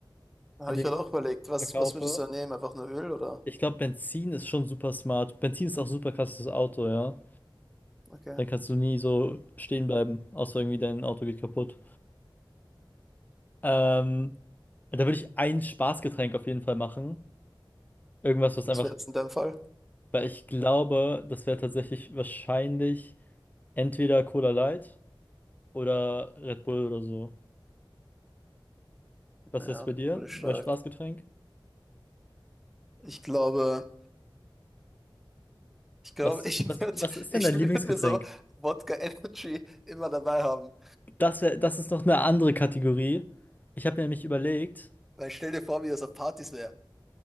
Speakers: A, in the centre; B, on the left.
A: Habe
B: indem
A: ich gerade
B: ich das
A: auch überlegt, was,
B: verkaufe.
A: was würdest du da nehmen? Einfach nur Öl oder?
B: Ich glaube, Benzin ist schon super smart. Benzin ist auch super krasses Auto, ja.
A: Okay.
B: Dann kannst du nie so stehen bleiben, außer irgendwie dein Auto geht kaputt. Ähm, da würde ich ein Spaßgetränk auf jeden Fall machen. Irgendwas, was
A: Was
B: einfach,
A: wäre jetzt in deinem Fall?
B: weil ich glaube, das wäre tatsächlich wahrscheinlich entweder Cola Light oder Red Bull oder so. Was
A: Ja,
B: ist bei dir
A: wurde stark.
B: bei Spaßgetränk?
A: Ich glaube, ich glaube,
B: Was,
A: ich
B: was,
A: <laughs> würde
B: was ist
A: ich
B: denn dein
A: würd
B: Lieblingsgetränk?
A: mir so Wodka Energy immer dabei haben.
B: Das wär, das ist noch eine andere Kategorie. Ich habe mir nämlich überlegt,
A: Weil stell dir vor, wie das auf Partys wäre.